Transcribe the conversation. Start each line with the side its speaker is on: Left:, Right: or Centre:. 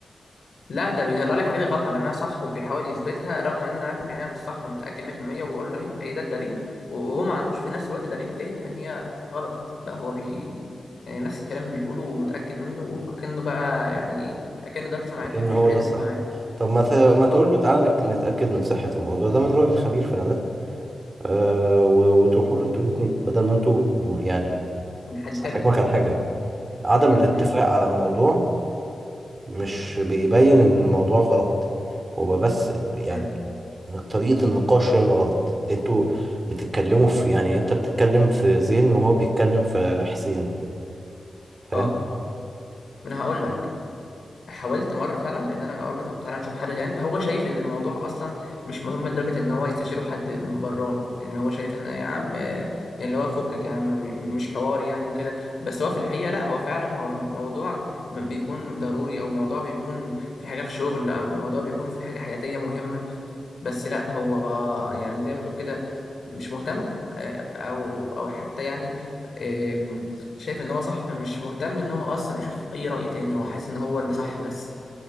Left: لا ده بيطلع لي حاجات غلط على انها صح وبيحاول يثبتها رغم ان انا عارف ان هي مش صح ومتاكد 100% وبقول له هي هي ده الدليل و- وهو ما عندوش في نفس الوقت دليل تاني ان هي غلط لا هو بي يعني نفس الكلام اللي بيقوله ومتاكد منه وكأنه بقى يعني ايه اكنه درس مع
Right: لكن
Left: ان مفيش
Right: هو
Left: اي
Right: ده
Left: دليل
Right: الصح
Left: معاه
Right: طب ما ت... ما تقول
Left: اه
Right: له تعالى نك- نتأكد من صحة الموضوع ده من راجل خبير فعلا آه، و- وتروحوا له انتوا الاثنين بدل ما انتوا يعني
Left: من حد تالت
Right: افهمك على حاجه عدم الاتفاق
Left: مم.
Right: على الموضوع مش بيبين ان الموضوع غلط هو بس يعني
Left: مم.
Right: طريقه النقاش هي اللي غلط انتوا بتتكلموا في يعني انت بتتكلم في زين وهو بيتكلم في حسين فاهم
Left: اه ما انا هقول لك حاولت مره فعلا ان انا اقول له طب تعالى نشوف حد تاني هو شايف ان الموضوع اصلا مش مهم لدرجه ان هو يستشيره حد من بران يعني هو شايف ان يا عم آه، يعني اللي هو فكك يا عم م- م- مش حوار يعني وكده بس هو في الحقيقه لا هو فعلا هو موضوع م- بيكون ضروري او موضوع بيكون في حاجه في شغل او موضوع بيكون في حاجه حياتيه مهمه بس لا هو آه، يعني زي ما تقول كده مش مهتم آه، او او حتى يعني آم، شايف ان هو صح فمش مهتم ان هو اصلا يشوف اي رأي تاني هو حاسس ان هو اللي صح بس